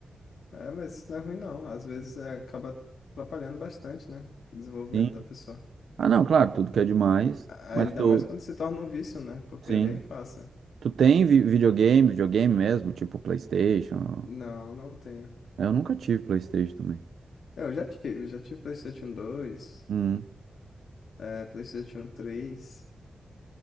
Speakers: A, on the left; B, on the right.
A: É, mas isso não é ruim não. Às vezes é, acaba atrapalhando bastante, né? O desenvolvimento
B: Sim.
A: da pessoa.
B: Ah, não, claro, tudo que é demais,
A: A-
B: mas
A: Ainda
B: tu,
A: mais quando se torna um vício, né? Porque
B: sim.
A: é bem fácil.
B: Tu tem vi- videogame, videogame mesmo, tipo PlayStation?
A: Não, não tenho.
B: Eu nunca tive PlayStation também.
A: É, Eu já tive, já tive PlayStation dois,
B: Hum.
A: é, PlayStation três